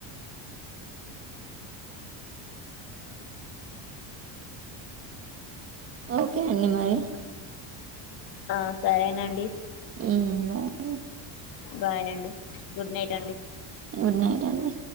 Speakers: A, on the right; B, on the left.
A: ఓకే అండి మరి
B: ఆ సరేనండి
A: ఉమ్ బాయ్ అండే
B: బాయ్ అండి గుడ్ నైట్ అండి
A: గుడ్ నైట్ అండి